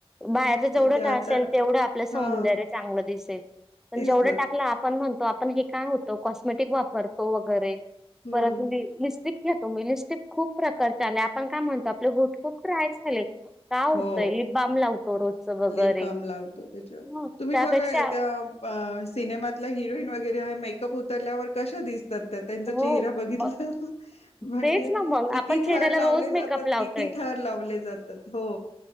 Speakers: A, in the centre; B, on the left.
A: बाहेरच जेवढं
B: ते
A: टाळता
B: आता
A: येईल तेवढं आपलं सौंदर्य
B: हा
A: चांगलं दिसेल. पण
B: तेच
A: जेवढं
B: ना
A: टाकला आपण म्हण आपण हे काय होतो कॉस्मेटिक वापरतो वगैरे
B: हम्म
A: परत तो लिपस्टिक खूप प्रकारच्या आले आपण काय म्हणतो आपले होट खूप ड्राय झाले का होतंय
B: हो
A: लि बाम लावतो रोजच वगैरे
B: लिप बाम लावतो त्याच्या
A: त्यापेक्षा
B: तुम्ही बघा हे त्या अ सिनेमातला हिरोईन वगैरे आहे मेकअप उतरल्यावर कशा दिसतात
A: हो
B: चेहरा बिघतला
A: मग
B: म्हणजे
A: तेच ना मग
B: किती
A: आपण चेहऱ्याला
B: थर
A: रोज
B: लावले
A: मेकअप
B: जातात
A: लावतोय.
B: किती थर लावले जातात हो.